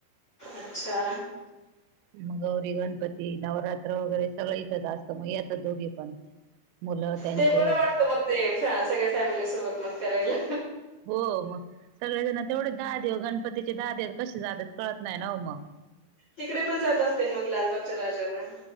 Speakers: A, on the left (about 35°); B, on the right (about 85°).
A: अच्छा
B: <unintelligible> मग गौरी गणपती नवरात्र वगैरे सगळं इथंच असतं मग येतात दोघी पण मुलं त्यांचे
A: ते बर वाटतं मग ते सगळ्या फॅमिली सोबत मग करायला
B: हो मग सगळेजण तेवढेच दहा दिवस गणपतीचे दहा कसे जातात कळत नाही ना हो मग
A: तिकडे पण जात असतिल मग लालबागच्या राजाला.